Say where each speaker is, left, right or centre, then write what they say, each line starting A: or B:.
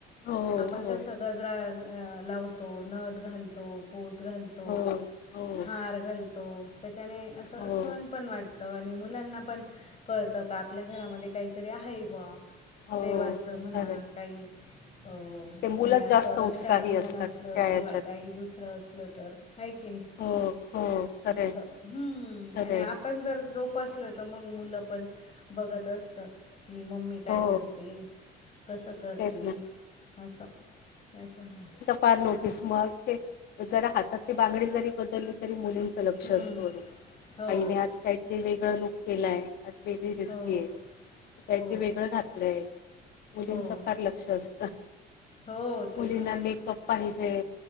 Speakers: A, on the left; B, on the left.
A: हो
B: आपण कसं
A: हो
B: गजरा लावतो. नथ घालतो. पोत घालतो.
A: हो हो
B: हार घालतो. त्याच्याने असं
A: हो
B: सण पण वाट तो. आणि मुलांना पण कळतं का आपल्या घरामध्ये कायतरी हाये बुआ
A: हो
B: देवाचं म्हणा
A: खरे
B: काई अ अ
A: ते मुलंच
B: हे असं
A: जास्त
B: रक्षाबंधन
A: उत्साही असतात
B: असलं.
A: त्या
B: किंवा
A: याच्यात
B: काही दुसरं असलं तर. हाय की नी
A: हो हो. खरे
B: असं हम्मं
A: खरे
B: आणि आपण जर जोपासल त मंग मुलं पण बघत असतात की, मम्मी काय
A: हो
B: करते? कस करते?
A: तेच ना
B: असं त्याच्यामुळ
A: पार नोटीस मग ते, जरा हातातली बांगडी जरी बदलली तर मुली लक्ष
B: हम्म,
A: असत बरोबर,
B: हो
A: आईने आज कायतरी वेगळं लूक केलाय, आज वेगळी दिसतीये.
B: हो
A: काहीतरी
B: हो
A: वेगळं घातलंय. मुलींच
B: हो
A: फार लक्ष असत.
B: हो ते
A: मुलींना
B: तर आहेच
A: मेकअप पाहिजे.